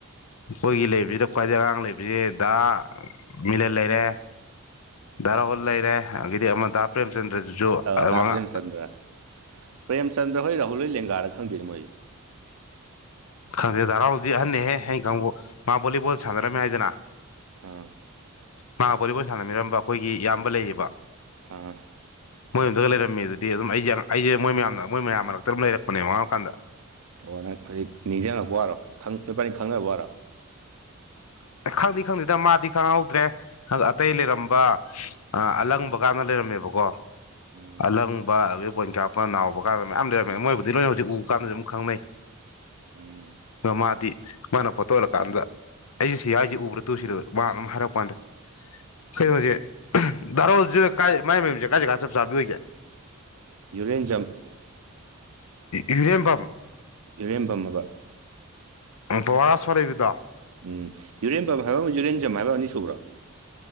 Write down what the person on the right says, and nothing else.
ꯑꯥ ꯗꯥ
ꯄ꯭ꯔꯦꯝꯆꯟꯗ꯭ꯔ ꯄ꯭ꯔꯦꯝꯆꯟꯗ꯭ꯔ ꯍꯣꯏ ꯔꯥꯍꯨꯜ ꯍꯣꯏ ꯂꯦꯡꯒꯥꯔ ꯈꯪꯗꯦꯔꯤ ꯃꯣꯏꯁꯦ
ꯑꫭ
ꯑꯥ
ꯑꯣ ꯅꯪ ꯍꯧꯖꯤꯛ ꯅꯤꯡꯁꯤꯡꯉꯛꯄ ꯋꯥꯔꯣ ꯅꫭꯏꯄꯥꯅꯤ ꯈꯪꯅꯕꯔꯣ ꯍꯥꯟꯅ
ꯎꯝ
ꯎꯝ
ꯎꯝ
ꯎꯝ
ꯌꯨꯔꯦꯟ ꯖꯝ
ꯏꯔꯦꯝꯕꯝꯃꯕ
ꯎꯝ ꯌꯨꯔꯦꯟꯕꯝ ꯍꯥꯏꯕ ꯑꯃ ꯌꯨꯔꯦꯟꯖꯝ ꯍꯥꯏꯕ ꯑꯅꯤ ꯁꯕ꯭ꯔꯥ